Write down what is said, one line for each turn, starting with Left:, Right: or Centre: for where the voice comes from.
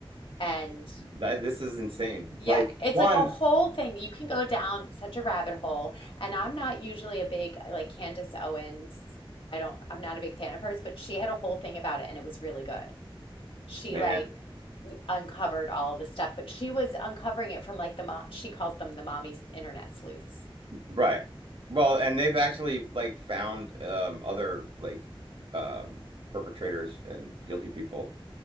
Left: And
Right: That, this is insane.
Left: yeah,
Right: Like
Left: it's
Right: one
Left: like a whole thing. You can go down such a rabbit hole. And I'm not usually a big, like Candace Owens, I don't, I'm not a big fan of hers, but she had a whole thing about it and it was really good. She
Right: man,
Left: like uncovered all this stuff, but she was uncovering it from like the mom, she calls them the mommy internet sleuths.
Right: right? Well, and they've actually like found um other like um perpetrators and guilty people